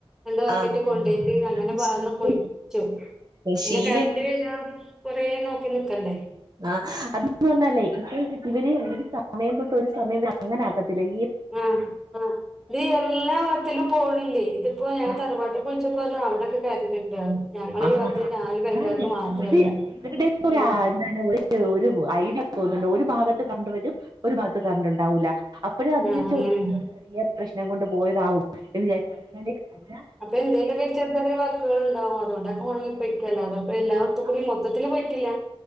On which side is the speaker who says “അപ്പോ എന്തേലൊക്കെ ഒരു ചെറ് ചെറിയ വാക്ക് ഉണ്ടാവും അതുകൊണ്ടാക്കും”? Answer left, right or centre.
Centre